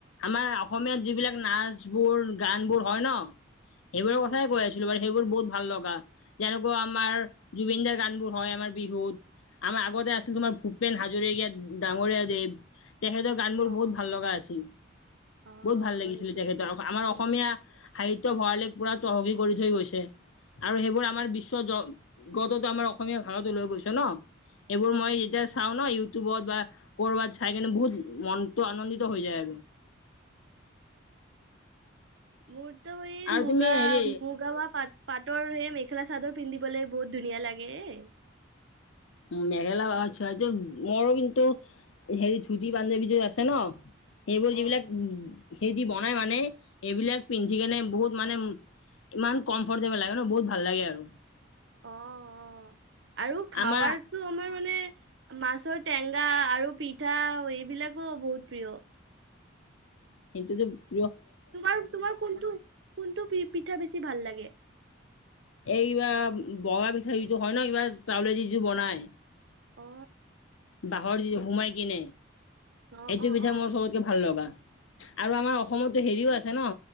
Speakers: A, on the left (about 80°); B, on the right (about 65°).
A: আমাৰ অসমীয়াত যিবিলাক নাচবোৰ, গানবোৰ হয় ন সেইবোৰৰ
B: উম
A: কথাই কৈ আছিলো বাৰু। সেইবোৰ বহুত ভাল লগা যেনেকৈ আমাৰ জুবিন দাৰ গানবোৰ হয় আমাৰ বিহুত আমাৰ আগতে আছিল তোমাৰ
B: উম,
A: ভূপেন হাজৰিকা ডাঙৰীয়া দেৱ তেখেতৰ গান বোৰ
B: অ
A: বহুত ভাল লগা আছিল।
B: অ
A: বহুত ভাল লাগিছিলে
B: সেইটো
A: তেখেতৰ
B: ঠিক
A: আমাৰ
B: ঠিক
A: অসমীয়া সাহিত্য ভঁৰালিক পুৰা চহকী কৰি থৈ গৈছে আৰু সেইবোৰ আমাৰ বিশ্ব জ গতটো আমাৰ অসমীয়া ভাষাটো লৈ গৈছ ন। এইবোৰ
B: অ
A: মই যেতিয়া চাওঁ ন ইউটিউবত বা ক'ৰবাত চাই কিনে বহুত। মনটো আনন্দিত হৈ যায় আৰু
B: মোৰটো এই
A: আৰু
B: মুগা
A: তুমি হেৰি
B: মুগা বা পাত পাতৰ সেই মেখেলা চাদৰ পিন্ধিবলে বহুত ধুনীয়া লাগে এ
A: উম মেখেলা আচ্ছা এতিয়া মোৰো কিন্তু হেৰী ধুতি পাঞ্জাৱী টো আছে ন এইবোৰ
B: অ',
A: যিবিলাক হেৰী দি বনাই মানে এইবিলাক পিন্ধি কেনে বহুত মানে ইমান কমফৰ্টেবুল লাগে ন বহুত ভাল লাগে আৰু
B: অ অ আৰু খাৱাৰটো
A: আমাৰ
B: আমাৰ মানে মাছৰ টেঙা আৰু পিঠা এইবিলাকো বহুত প্ৰিয়
A: সেইটো টো
B: তোমাৰ তোমাৰ কোনটো কোনটো পি পিঠা বেছি ভাল লাগে
A: এই কিবা বগা পিঠা যিটো হয় ন কিবা চাউলে দি যে বনাই
B: অ
A: বাঁহৰ যি সোমাই কিনে
B: অ',
A: সেইটো
B: অ',
A: পিঠা
B: অ',
A: মোৰ চবতকে ভাল লগা আৰু আমাৰ অসমতটো হেৰিও আছে ন